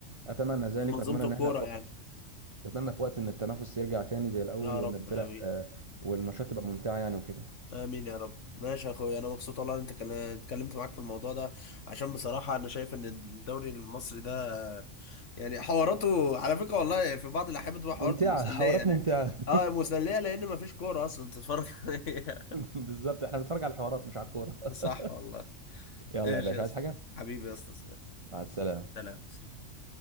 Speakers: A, on the right (about 35°); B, on the left (about 70°).
A: اتمنى ذلك
B: منظومة
A: واتمنى
B: الكورة
A: ان احنا في وقت-
B: يعني
A: اتمنى في وقت ان التنافس يرجع تاني زي الاول
B: يا
A: وان
B: رب
A: الفرق
B: آمين
A: آه، والنشاط تبقى ممتعه يعني وكده
B: امين يا رب ماشي يا اخويا انا مبسوط والله ان انت كلا- اتكلمت معاك في الموضوع ده عشان بصراحه انا شايف ان الدوري المصري ده يعني حواراته على فكره والله في بعض الاحيان بتبقى حواراته
A: ممتعة
B: مسليه
A: حوارات
B: لا
A: ممتعة
B: اه مسليه لان مفيش كوره اصلا تتفرج عليها
A: <laughs> بالظبط احنا بنتفرج على الحوارات مش على الكورة
B: <laughs>
A: <laughs>
B: صح والله
A: يلا
B: ماشي
A: يا باشا
B: يا اسطى
A: عايز حاجة
B: حبيبي يا اسطى
A: مع السلامة
B: سلام سلام.